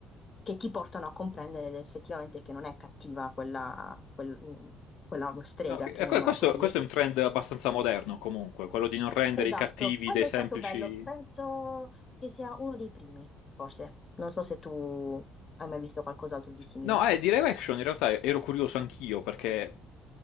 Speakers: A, on the left (about 30°); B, on the left (about 85°).
A: che ti portano a comprendere effettivamente che non è cattiva quella, quel- mh, quella strega,
B: Ok, e
A: chiamiamola
B: que- questo,
A: così,
B: questo è un trend abbastanza moderno comunque, quello di non rendere
A: Esatto,
B: i cattivi
A: quello
B: dei semplici...
A: è stato bello, penso che sia uno dei primi, forse. Non so se tu hai mai visto qualcos'altro di simile.
B: No, eh, di live action in realtà ero curioso anch'io perché,